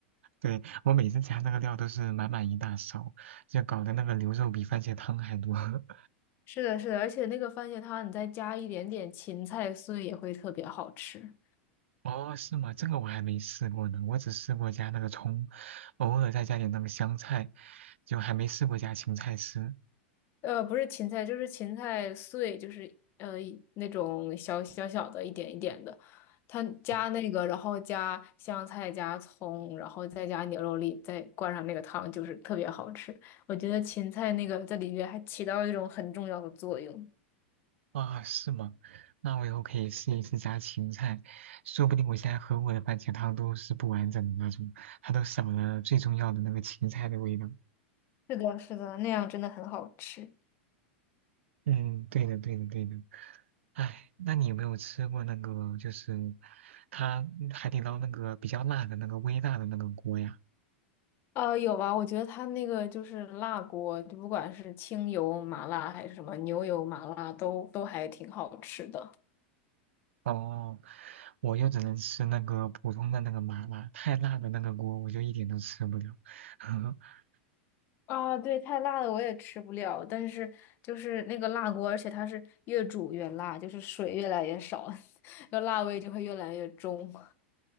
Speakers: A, on the right (about 85°); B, on the left (about 35°).
A: 对，我每次加那个料都是满满一大勺，就搞得那个牛肉比番茄汤还多。<laughs>
B: <laughs> 是的，是的，而且那个番茄汤你再加一点点芹菜碎也会特别好吃。
A: 哦，是吗？这个我还没试过呢，我只试过加那个葱，偶尔再加点那个香菜，就还没试过加芹菜丝。
B: 呃，不是芹菜，就是芹菜碎，就是呃那种小小小的，一点一点的。它加那个，
A: 哦，
B: 然后加香菜、加葱，然后再加牛肉粒，再灌上那个汤，就是特别好吃。我觉得芹菜那个在里面还起到一种很重要的作用。
A: 啊是吗？那我以后可以试一试加芹菜，说不定我现在喝过的番茄汤都是不完整的那种，它都少了最重要的那个芹菜的味道。
B: 是的，是的，那样真的很好吃。
A: 嗯，对的，对的，对的。哎，那你有没有吃过那个，就是它海底捞那个比较辣的那个微辣的那个锅呀？
B: 呃，有吧？我觉得它那个就是辣锅，就不管是清油麻辣还是什么牛油麻辣，都都还挺好吃的。
A: 哦，我又只能吃那个普通的那个麻辣，太辣的那个锅我就一点都吃不了。<laughs>
B: 啊，对，太辣的我也吃不了，但是就是那个辣锅，而且它是越煮越辣，就是水越来越少，<laughs> 那辣味就会越来越重，